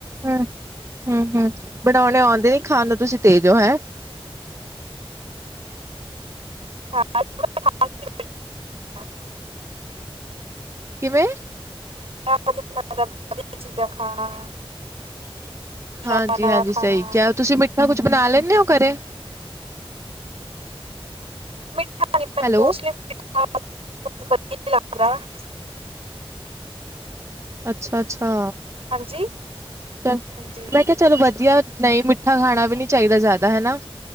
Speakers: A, on the right (about 30°); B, on the right (about 85°).
A: ਹੂੰ, ਹੂੰ, ਹੂੰ ਬਣਾਓਣੇ ਆਓਂਦੇ ਨੀ, ਖਾਣ ਨੂੰ ਤੁਸੀਂ ਤੇਜ ਹੋ ਹੈਂ।
B: <unintelligible>
A: ਕਿਵੇਂ?
B: <unintelligible> ਵਦੀਆ ਚੀਜਾ ਖਾਣਾ। <inaudible>
A: ਹਾਂਜੀ,
B: ਨਵਾਂ ਨਵਾਂ
A: ਹਾਂਜੀ
B: ਖਾਣਾ
A: ਸਹੀ ਕਿਹਾ ਤੁਸੀਂ ਮਿੱਠਾ ਕੁੱਛ ਬਨਾ ਲੈਂਨੇ ਓ ਘਰੇ?
B: <unintelligible>
A: ਹੈਲੋ
B: <inaudible>
A: ਅੱਛਾ, ਅੱਛਾ।
B: ਹਾਂਜੀ?
A: ਚ
B: ਹਾਂਜੀ।
A: ਮੈਂ ਕਿਆ ਚਲੋ ਵਧੀਆ, ਨਈ ਮਿੱਠਾ ਖਾਣਾ ਵੀ ਨੀ ਚਾਹੀਦਾ ਜਿਆਦਾ ਹੈਨਾ।